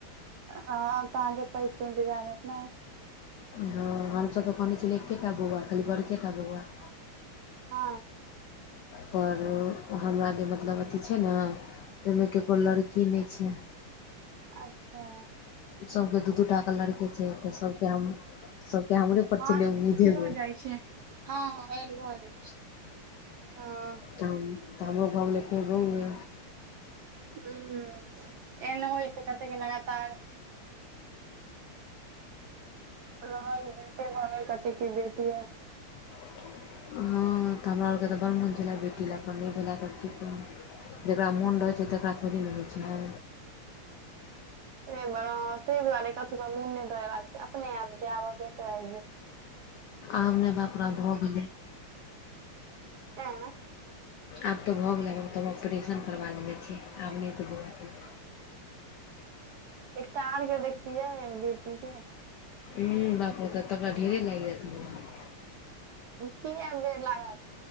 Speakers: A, on the right; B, on the left.
A: हँ आब तऽ अहाँके पैग के इन्तजार हयत ने।
B: हँ हमसभ तऽ कहने छलै एकेटा बौआ खाली बड़केटा बौआ।
A: हँ।
B: पर हमरा जे मतलब अथी छै ने तहिमे ककरो लड़की नहि छै।
A: अच्छा।
B: सबके दू-दू टा। लड़के छै तऽ सबके-सबके हमरे पर
A: हँ
B: छले
A: एहन
B: उम्मीद एगो।
A: भऽ जाइ छै हँ एहन भ जय छय हँ।
B: तब त हमरो भ गेलै फेर बोउवे।
A: हूँ एहन होइ छै कते के लगातार। रहल बेटे भऽ गेल कते के बेटीये।
B: हँ तऽ हमरा आरके तऽ बड़ मोन छले बेटी लए अपन नहि भेलए तऽ की कहू। जकरा मोन रहै छै तकरा थोड़े ने होइ छै।
A: ए बेर अहा तैय दुआरे। कथू में मुन नहि दौरेबाक चाही अपने आप जे आबै के हेते से आबि जेते।
B: आब नहि बापरे बाप भऽ गेल।
A: ऐ।
B: आब तऽ भऽ गेलै हम तऽ हम ऑपरेशन करबा लेने छी आब नहि तऽ हुआ।
A: एकटा आर के देखतियै बेटी के।
B: हू बाप रे तबते हमरा ढेरे लागि जायत हमरा।
A: किए ढ़ेर लागत